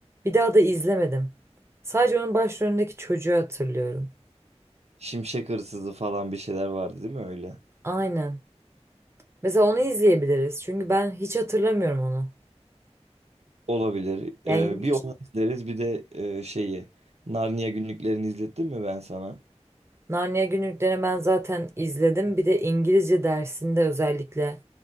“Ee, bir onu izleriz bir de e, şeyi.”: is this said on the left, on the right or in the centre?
Right